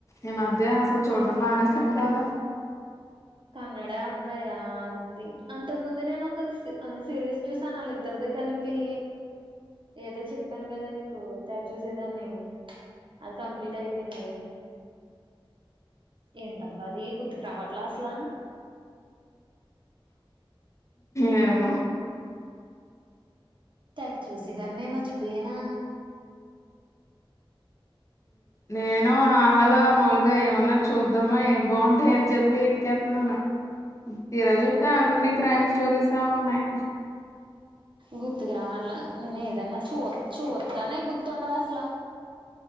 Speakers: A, on the left (about 35°); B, on the right (about 60°).
A: ఈ మధ్య అసలు చూడ్డం మానేసాను కదా
B: కన్నడ భయా అంది అంతకు ముందు నేను ఒక సిరీస్ చూసాను వాళ్ళిద్దరిదే కలిపి ఏదో చెప్పాను కదె నీకు తెగ చూసేదాన్ని అది కంప్లీట్ అయిపోయింది ఏంటబ్బా అది గుర్తుకు రావట్లా అసల
A: ఏమొ
B: తెగ చూసిదాన్నే మర్చిపోయనా
A: నేను ఆహలో మాములుగా ఏమన్నా చూద్దామా ఏం బావుంటాయి అని చెప్పి చేత్నును తీరా చూప్తే అన్ని క్రైమ్ స్టోరీసే ఉన్నాయి
B: గుర్తుకు రావట్ల నేనే అన్న చూ చూత్తానే గుర్తుండవసలా